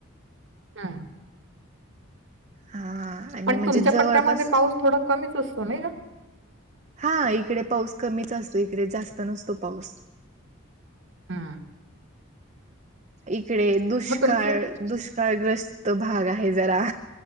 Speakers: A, on the right; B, on the right.
A: हम्म.
B: हा
A: आणि
B: म्हणजे
A: तुमच्या
B: जवळपास
A: पट्ट्यामध्ये पाऊस थोडा कमीच असतो नाही ग
B: हा इकडे पाऊस कमीच असतो इकडे जास्त नसतो पाऊस
A: हा
B: इकडे दुष्काळ
A: तुमचे
B: दुष्काळग्रस्त भाग आहे जरा